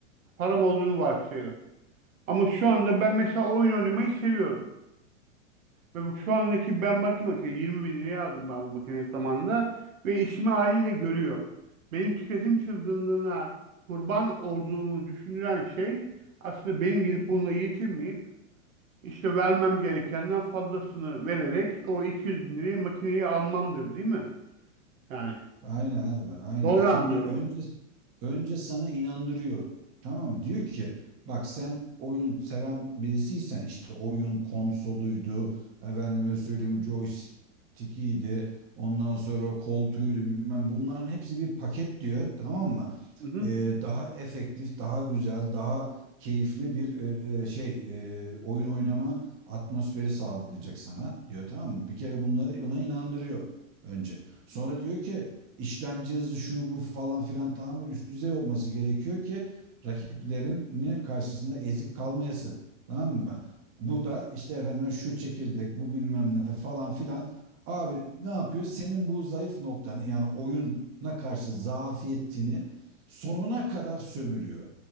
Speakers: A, on the right; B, on the right.
A: Param olduğunu varsayalım. Ama şu anda ben mesela oyun oynamayı seviyorum. Ve bu şu andaki ben bakayım makine 20 bin liraya aldım ben bu makineyi zamanında ve işimi haliyle görüyor. Benim tüketim çılgınlığına kurban olduğumu düşünülen şey aslında benim gidip bununla yetinmeyip işte vermem gerekenden fazlasını vererek o 200 bin liraya makineyi almamdır değil mi? Yani
B: Aynen abi, aynen.
A: doğru
B: Şimdi
A: anlıyorum.
B: önce önce sana inandırıyor. Tamam mı? Diyor ki bak sen oyun seven birisiysen işte oyun konsoluydu, efendime söyleyeyim joystick'iydi, ondan sonra koltuğuydu bilmem bunların hepsi bir paket diyor. Tamam mı?
A: Hı hı.
B: Ee, daha efektif, daha güzel, daha keyifli bir e, e, şey e, oyun oynama atmosferi sağlayacak sana diyor tamam mı? Bir kere bunları ona inandırıyor önce. Sonra diyor ki işlemci hızı şu bu falan filan tamamı üst düzey olması gerekiyor ki rakiplerini karşısında ezik kalmayasın. Tamam mı? Bu da işte efendim şu çekirdek, bu bilmem ne falan filan. Abi ne yapıyor? Senin bu zayıf noktanı yani oyuna karşı zafiyetini sonuna kadar sömürüyor.